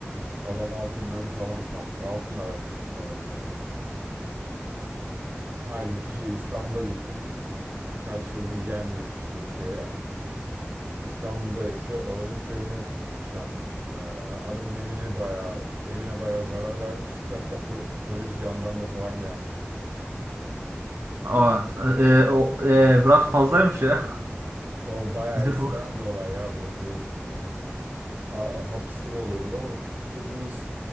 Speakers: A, on the right; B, on the right.
A: adam altınlarını falan saklıyor. Altın aramıştık adamın evinde. Halbuki şey İstanbul'a gitmiş kaç yıldır gelmemiş işte köye. İstanbul'da yaşıyor. Adamın köyünü şey yap, e, adamın evini bayağı evine bayağı zarar vermiştik. Hatta po- polis jandarma falan gelmişti.
B: Aa, e, o, e, biraz fazlaymış ya.
A: O bayağı
B: <laughs> Bizde
A: ekstrem
B: bu-
A: bir olay ya bu. a- hapislik oluyorduk ama hepimiz